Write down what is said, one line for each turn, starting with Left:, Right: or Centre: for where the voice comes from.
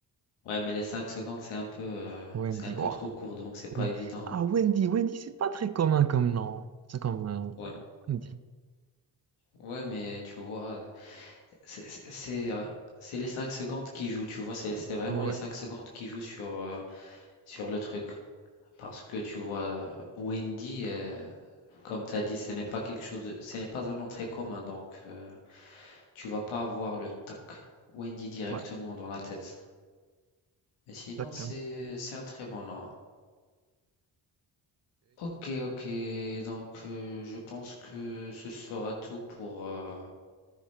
Left: Ouais, mais les cinq secondes, c'est un peu, euh,
Right: Wendy,
Left: c'est un peu
Right: waouh.
Left: trop court, donc c'est pas
Right: Wen-
Left: évident.
Right: Ah,
Left: hein.
Right: Wendy, Wendy, c'est pas très commun comme nom. C'est comme euh,
Left: Ouais,
Right: Wendy.
Left: ouais, mais tu vois, c'est c'est- c'est, euh, c'est les 5 secondes qui jouent, tu vois, c'est c'est vraiment
Right: Ouais,
Left: les 5 secondes qui jouent sur, euh, sur le truc. Parce que tu vois, Wendy, euh, comme tu as dit, ce n'est pas quelque chose de, ce n'est pas un nom très commun, donc euh, tu vas pas avoir le tac Wendy directement
Right: ouais,
Left: dans la tête. Mais sinon,
Right: exactement.
Left: c'est c'est un très bon nom. Ok, ok, donc euh, je pense que ce sera tout pour, euh,